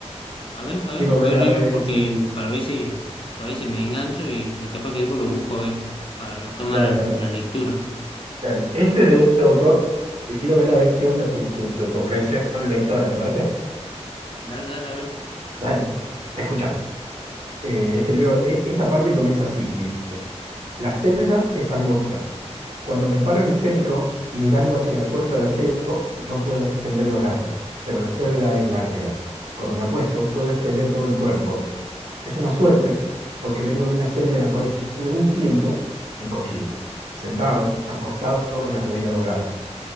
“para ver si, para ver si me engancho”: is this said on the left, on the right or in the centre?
Left